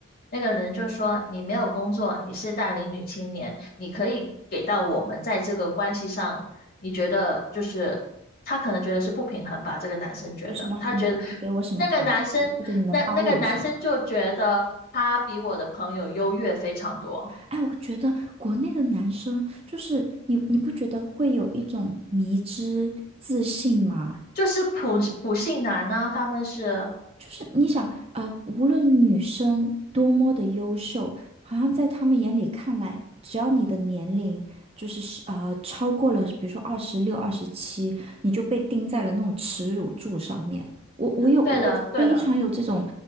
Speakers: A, on the left; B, on the right.
A: 那个人就说：“你没有工作，你是大龄女青年，你可以给到我们在这个关系上，你觉得就是他可能觉得是不平衡吧？这个男生觉得，
B: 有什么好你你能给我什么好处，
A: 他觉得。”那个男生，
B: 或者你能帮我什么？
A: 那那个男生就觉得他比我的朋友优越非常多，
B: 哎，我觉得国内的男生就是你，你不觉得会有一种迷之自信吗？
A: 就是普普信男呢，他们是
B: 就是你想，呃，无论女生多么的优秀，好像在他们眼里看来，只要你的年龄就是是呃超过了，比如说二十六、二十七，你就被钉在了那种耻辱柱上面。我我有我非常有这种
A: 对的，对的。